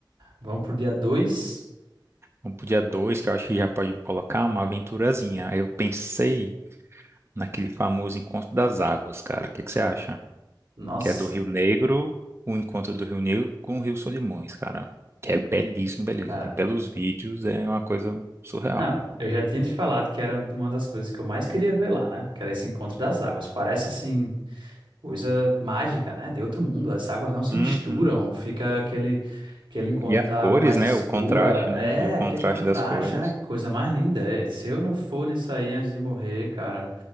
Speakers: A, on the right; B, on the right.
A: Vamos pro dia dois.
B: Vamos pro dia 2 que eu acho que já pode colocar uma aventurazinha. Aí eu pensei naquele famoso encontro das águas, cara. O que que você acha?
A: Nossa,
B: Que é do Rio Negro, o encontro do Rio Negro com o Rio Solimões, cara. Que é belíssimo, belíssimo.
A: cara.
B: Assim, pelos vídeos é uma coisa surreal.
A: Não, eu já tinha te falado que era uma das coisas que eu mais queria ver lá, né? Que era esse encontro das águas. Parece assim, coisa mágica, né? De outro mundo. As águas não se
B: Uhum.
A: misturam, fica aquele, aquele encontro
B: E as
A: da
B: cores,
A: água mais
B: né?
A: escura.
B: O contraste,
A: É,
B: né? E o contraste
A: aquele contraste.
B: das cores.
A: Ai, que coisa mais linda. É, Se eu não for nisso aí antes de morrer, cara,